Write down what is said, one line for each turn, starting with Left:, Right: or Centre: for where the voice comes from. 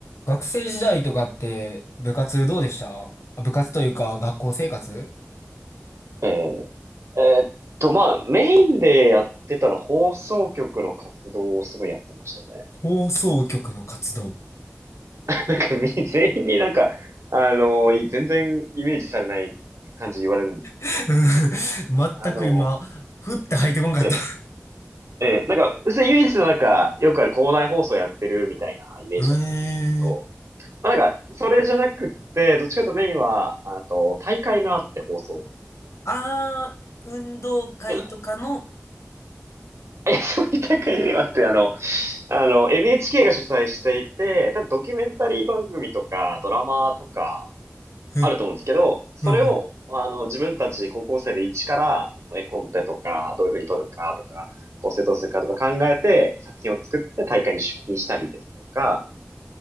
Left: 学生時代とかって部活どうでしたあ部活というか学校生活
Right: えええーっと、まあ、メインでやってたら放送局の活動をすごいやってましたね。
Left: 放送局の活動。
Right: <laughs> なんかみ、全員になんか、あの、い全然イメージされない感じで言われるんですけど、
Left: <laughs> うん全く今、
Right: あの、
Left: ふって入ってこんかった。
Right: ええ、ええ、なんか、普通イメージのなんか、よくある校内放送やってるみたいなイメージだと思うんですけど、
Left: えー。
Right: まあ、なんか、それじゃなくって、どっちかというとメインは、あと、大会があって放送の。
Left: あー、運動会とかの、
Right: で、いや、そういった感じではなくて、あの、あの、NHK が主催していて、多分ドキュメンタリー番組とか、ドラマとか、
Left: え、
Right: あると思うんですけど、それを、
Left: うんうん
Right: あの、自分たち高校生で一から、絵コンテとか、どういうふうに撮るかとか、構成どうするかとか考えて、作品を作って大会に出品したりですとか、